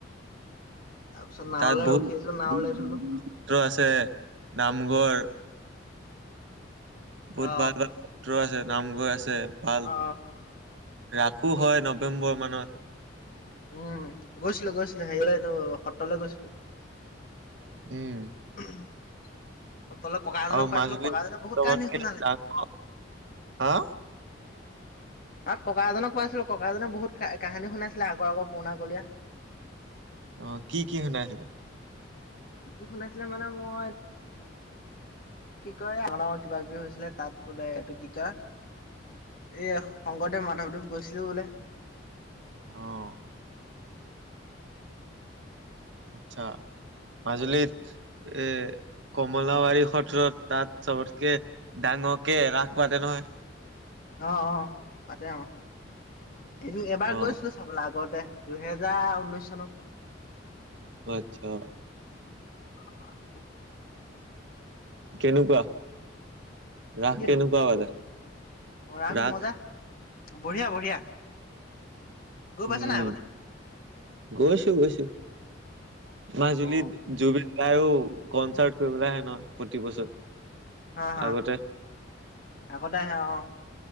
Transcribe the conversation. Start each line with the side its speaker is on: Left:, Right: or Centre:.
Left: তাৰপিছত নাৱলৈ
Right: তাত বহুত
Left: ৰখি আছো নাওলৈ
Right: <unintelligible>
Left: থলো
Right: আছে, নামঘৰ বহুত
Left: অ
Right: ভাল ভাল সত্ৰ আছে। নামঘৰ আছ ছে, ভাল
Left: অ অ
Right: ৰাসো হয় নৱেম্বৰ মানত।
Left: উম, গৈছিলো, গৈছিলো হেৰিলৈ তোৰ সত্ৰলৈ গৈছিলো।
Right: উম
Left: <inaudible> সত্ৰলৈ ককা এজনক
Right: আৰু,
Left: পাইছিলো
Right: মাজুলী
Left: ককাজনে
Right: ছবতকে
Left: বহুত কাহিনী শুনালে
Right: ডাঙৰ, হাঁ
Left: তাত, ককা এজনক পাইছিলো ককাজনে বহুত কাহিনী শুনাইছিলে আগৰ আগৰ পুৰণা কলীয়া।
Right: অ' কি কি শুনাইছিলে?
Left: কিটো শুনাইছিলে মানে মই, কি কয় আমাৰ ডাঙৰ কিবা কিবি হৈছিলে। তাত বোলে এইটো কি কয় এই শংকৰদেৱ, মাধৱদেৱ গৈছিল বোলে।
Right: অহ আচ্ছা মাজুলীত এ কমলাবাৰী সত্ৰত তাত চবতকে ডাঙৰকে ৰাস পাতে নহই।
Left: অ' অ' পাতে অ'। এদিন এবাৰ
Right: অ
Left: গৈছিলো চাবলৈ আগতে। দুহেজাৰ ঊনৈশ চনত।
Right: আচ্ছা।
Left: অহ, অহ <unintelligible>
Right: কেনেকুৱা? ৰাস
Left: কিটো
Right: কেনেকুৱা পালে
Left: অ ৰাগ
Right: ৰাস?
Left: মজা বঢ়িয়া বঢ়িয়া। গৈ পাইছা
Right: উম,
Left: নাই আগতে
Right: গৈছো গৈছো মাজুলীত
Left: অ
Right: জুবিন দাইয়ো কনচাৰ্ট কৰিবলৈ আহে নহয় প্ৰতি বছৰ।
Left: হা হা,
Right: আগতে
Left: আগতে আহে অ'।